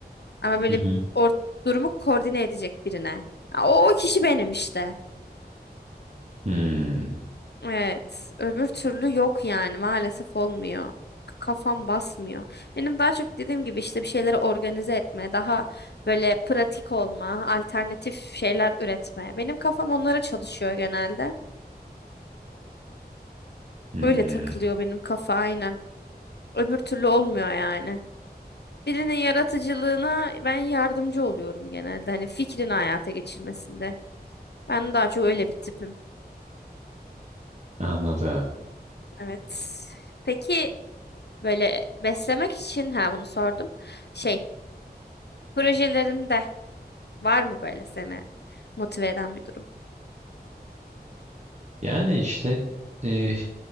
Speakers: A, on the left; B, on the right.
A: Ama böyle
B: Hı hı.
A: or durumu koordine edecek birine. Ha, O, o kişi benim işte.
B: Hmm,
A: Evet, öbür türlü yok yani maalesef olmuyor. K- Kafam basmıyor. Benim daha çok dediğim gibi işte bir şeyleri organize etme, daha böyle pratik olma, alternatif şeyler üretme. Benim kafam onlara çalışıyor genelde.
B: hmm,
A: Öyle takılıyor benim kafa aynen. Öbür türlü olmuyor yani. Birinin yaratıcılığına ben yardımcı oluyorum genelde. Hani fikrini hayata geçirmesinde. Ben daha çok öyle bir tipim.
B: anladım.
A: Evet. Peki böyle beslemek için ha bunu sordum. Şey, Projelerinde var mı böyle seni motive eden bir durum?
B: Yani işte eh,